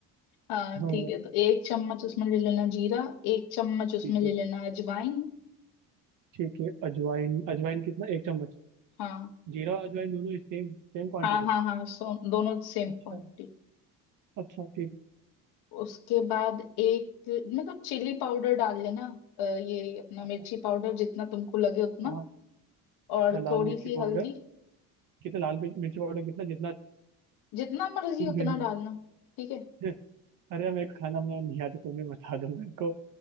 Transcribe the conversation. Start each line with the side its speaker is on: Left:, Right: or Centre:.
Left: हाँ
Right: तो
Left: ठीक है तो एक चम्मच उसमें ले लेना जीरा एक चम्मच उसमें
Right: ठीक
Left: ले
Right: है
Left: लेना अजवाइन
Right: ठीक है अजवाइन अजवाइन कितना एक चम्मच
Left: हाँ
Right: जीरा और अजवाइन दोनों सेम सेम क्वांटिटी
Left: हाँ हाँ हाँ सो दोनों सेम
Right: अच्छा
Left: क्वांटिटी
Right: अच्छा ठीक है
Left: उसके बाद एक मतलब चिली पाउडर डाल लेना अ, ये अपना
Right: अच्छा
Left: मिर्ची पाउडर जितना तुमको लगे उतना
Right: हाँ
Left: और
Right: अच्छा लाल
Left: थोड़ी
Right: मिर्ची
Left: सी
Right: पाउडर
Left: हल्दी
Right: कितना लाल मिर्च- मिर्ची पाउडर कितना जितना
Left: जितना मर्जी
Right: तुम
Left: उतना
Right: फिर
Left: डालना ठीक है
Right: <laughs> अरे यार, मेरे को खाना बनाना नहीं आता तुम्हें बता दो मेरे को